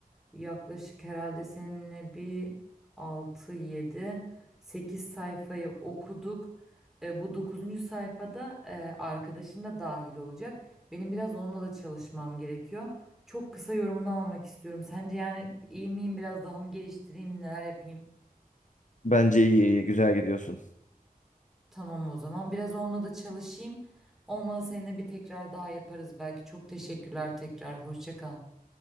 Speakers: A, in the centre; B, on the left.
A: yaklaşık herhalde seninle bir 6 7 8 sayfayı okuduk. E, bu dokuzuncu sayfada e, arkadaşın da dahil olacak. Benim biraz onunla da çalışmam gerekiyor. Çok kısa yorumunu almak istiyorum. Sence yani iyi miyim? Biraz daha mı geliştireyim? Neler yapayım?
B: Bence iyi iyi güzel gidiyorsun.
A: Tamam o zaman. Biraz onunla da çalışayım. Olmadı seninle bir tekrar daha yaparız belki. Çok teşekkürler tekrar. Hoşça kal.